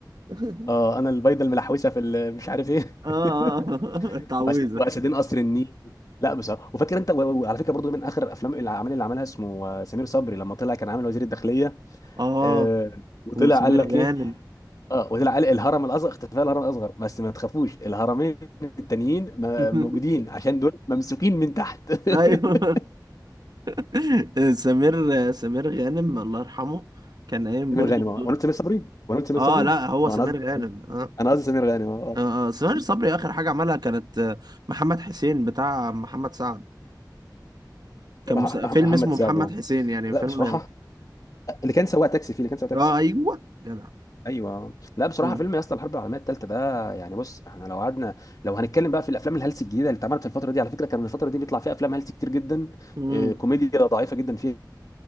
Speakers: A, on the right; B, on the left.
A: <laughs>
B: اه انا البيضه الملحوسه في ال... مش عارف ايه
A: اه اه
B: <laughs>
A: <laughs> التعويذة
B: وأس- واسدين قصر النيل لا بصراحه وفاكر انت و- وعلى فكره برضو من اخر الافلام الاعمال اللي عملها اسمه آه، سمير صبري لما طلع كان عامل وزير الداخليه
A: اه
B: آه وطلع
A: وسمير
B: قال لك ايه
A: غانم
B: اه وطلع قال الهرم الاصغر اختفاء الهرم الاصغر بس ما تخافوش الهرمين التانيين م-
A: <laughs>
B: موجودين عشان دول ممسوكين من تحت <laughs>
A: ايوه <laughs> سمير سمير غانم الله يرحمه كان قايم
B: سمير
A: برضو
B: غانم
A: بدور
B: آه. وانا قلت سمير صبري وانا قلت سمير
A: اه
B: صبري
A: لا هو
B: اه
A: سمير
B: انا قصدي
A: غانم اه
B: انا قصدي سمير غانم اه آه.
A: اه آه. سمير صبري اخر حاجه عملها كانت آه، محمد حسين بتاع محمد سعد كان
B: مع
A: مس... فيلم
B: محمد
A: اسمه
B: سعد
A: محمد
B: اه
A: حسين يعني
B: لا
A: فيلم
B: بصراحه اللي كان سواق تاكسي فيه اللي كان سواق تاكسي
A: اه ايوه جدع
B: ايوه لا بصراحه
A: مم.
B: فيلم يا اسطى الحرب العالميه الثالثه ده يعني بص احنا لو قعدنا لو هنتكلم بقى في الافلام الهلس الجديده اللي اتعملت في الفتره دي على فكره كان الفتره دي بيطلع فيها افلام هلس كتير جدا
A: مم.
B: آه، كوميديا ضعيفه جدا فيها